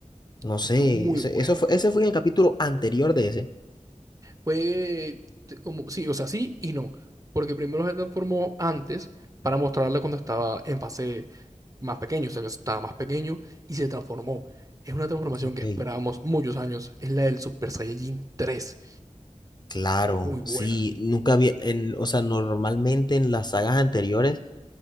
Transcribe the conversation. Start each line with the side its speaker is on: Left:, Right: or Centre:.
Left: no sé,
Right: Estuvo muy
Left: ese,
Right: buena.
Left: eso fue, ese fue en el capítulo anterior de ese.
Right: Fue te- como, sí, o sea, sí y no. Porque primero se transformó antes para mostrarla cuando estaba en fase más pequeño, o sea, que estaba más pequeño y se transformó. Es una transformación
Left: Ok,
Right: que esperábamos muchos años. Es la del Super Saiyajin tres.
Left: Claro,
Right: Muy buena.
Left: sí, nunca vi, en, o sea, normalmente en las sagas anteriores,